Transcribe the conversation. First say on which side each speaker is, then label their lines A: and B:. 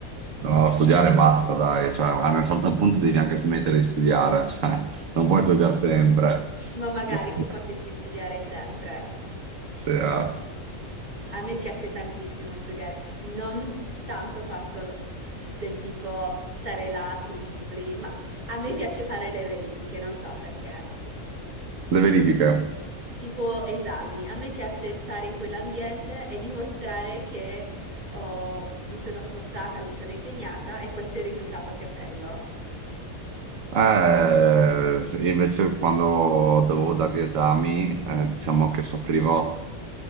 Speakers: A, on the right (about 70°); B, on the right (about 45°).
A: No, studiare basta, dai, cioè, a un certo punto devi anche smettere di studiare, <laughs> cioè, non puoi studiare sempre.
B: Ma magari
A: <laughs>
B: se potessi studiare sempre.
A: Se, eh,
B: A me piace tantissimo studiare, non tanto quanto l- del tipo stare là sui libri, ma a me piace fare le verifiche, non so perché.
A: le verifiche.
B: tipo esami. A me piace stare in quell'ambiente e dimostrare che ho- mi sono sforzata, mi sono impegnata e questo è il risultato che ottengo.
A: Eh, invece quando dovevo dare gli esami, eh, diciamo che soffrivo